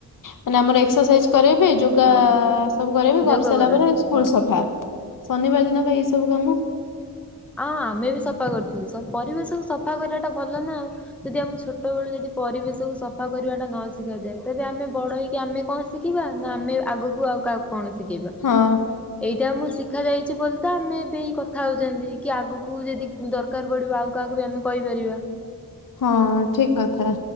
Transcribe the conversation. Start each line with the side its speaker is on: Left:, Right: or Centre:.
Left: ମାନେ ଆମର ଏକ୍ସରସାଇଜ କରଇବେ ଯୋଗ ଗା
Centre: ହଁ
Left: ସବୁ କରେଇବ କରି
Centre: ଯୋଗ
Left: ସାରିଲା
Centre: କରନ୍ତି
Left: ପରେ ସ୍କୁଲ୍
Centre: ହଁ
Left: ସଫା ଶନିବା ଦିନ ବା ଏଇ ସବୁ କାମ
Centre: ଆଁ ଆମେ ବି ସଫା କରୁଥିଲୁ ପରିବେଶକୁ ସଫା କରିବା ଟା ଭଲ ନା ଆଉ। ଯଦି ଆମ ଛୋଟ ବେଳୁ ଯଦି ପରିବେଶକୁୁ ସଫା କରିବାଟା ନ ଶିଖାଯାଏ ତେବେ ଆମେ ବଡ ହେଇକି ଆମେ କଁ ଶ୍ ଶିଖିବା ନା ଆମେ ଆଗକୁ ଆଉ କାହାକୁ କଣ ଶିଖେଇବା
Left: ହଁ
Centre: ଏଇଟା ଆମକୁ ଶିଖା ଯାଇଚି ବୋଲି ତ ଆମେ ଏବେ ଏଇ କଥା ହଉଚନ୍ତି କି ଆଗକୁ ଯଦି ଦରକାର୍ ପଡ଼ିବ ଆଉ କାହାକୁ ବି ଆମେ କଇପାରିବା।
Left: ହଁ ଠିକ୍ କଥା।